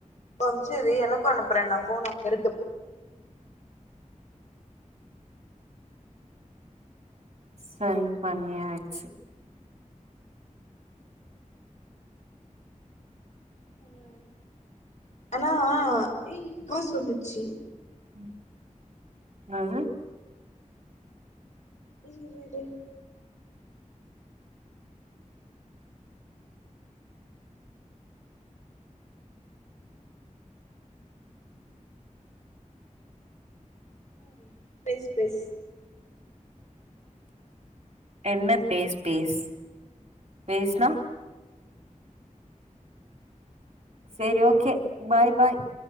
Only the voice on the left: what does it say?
இப்ப அனுப்ச்சது எனக்கு அனுப்புறன்னா போன் அங்க இருக்கு
ம் ஆனா அக்கா சொன்னுச்சு
ஏ இரு இரு இரு அ பேசு பேசு